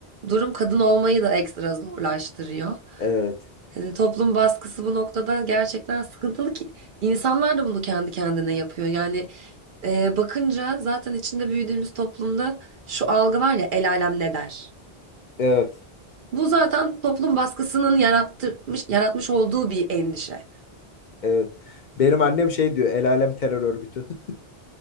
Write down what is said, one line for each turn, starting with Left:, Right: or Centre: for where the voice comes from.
Right: durum kadın olmayı da ekstra zorlaştırıyor.
Left: Evet,
Right: Hani toplum baskısı bu noktada gerçekten sıkıntılı ki insanlar da bunu kendi kendine yapıyor. Yani e, bakınca zaten içinde büyüdüğümüz toplumda şu algı var ya el alem ne der?
Left: evet,
Right: Bu zaten toplum baskısının yarattırmış, yaratmış olduğu bir endişe.
Left: evet. Benim annem şey diyor, el alem terör örgütü. <laughs>